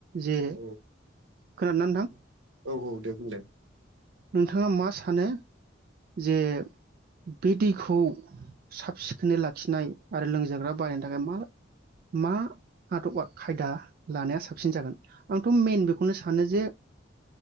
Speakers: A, on the right; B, on the right.
A: जे
B: औ
A: खोनादोंना नोंथां
B: औ औ दे बुंलाय
A: नोंथाङा मा सानो? जे बे दैखौ साब सिखोनै लाखिनाय आरो लोंजाग्रा बारायनो थाखाय मा मा आदबा खायदा लानाया साब साबसिन जागोन आंथ' मइेन बेखौनो सानो जे